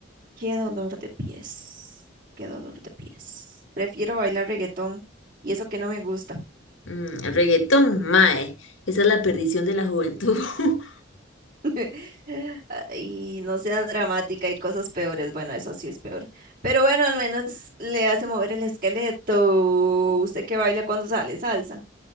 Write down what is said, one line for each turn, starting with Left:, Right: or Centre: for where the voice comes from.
Right: qué dolor de pies. Qué dolor de pies. Prefiero bailar reggaetón y eso que no me gusta.
Left: Mm, el reggaetón, mae, esa es la perdición de la juventud. <laughs>
Right: <laughs> Y no sea dramática, hay cosas peores. Bueno, eso sí es peor. Pero bueno, al menos le hace mover el esqueleto. ¿Usted que baila cuando sale salsa?